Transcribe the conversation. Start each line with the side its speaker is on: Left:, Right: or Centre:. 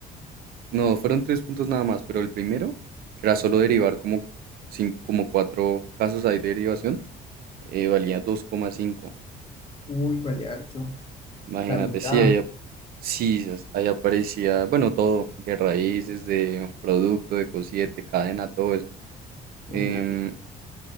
Right: no, fueron tres puntos nada más, pero el primero, que era solo derivar como, cin- como cuatro casos ahí de derivación, eh, valía dos coma cinco
Left: Uy, vale harto.
Right: Imagínate,
Left: La mitad.
Right: sí, ahí, ap- sí, es- ahí aparecía, bueno, todo, de raíces, de producto, de cosiete, cadena, todo eso. Em,
Left: Uy,